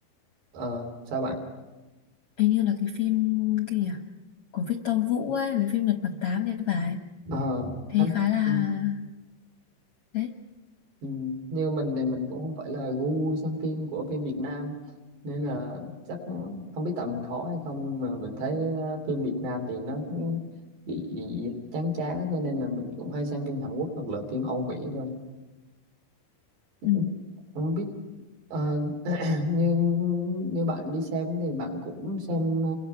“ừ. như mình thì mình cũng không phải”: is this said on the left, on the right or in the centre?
Right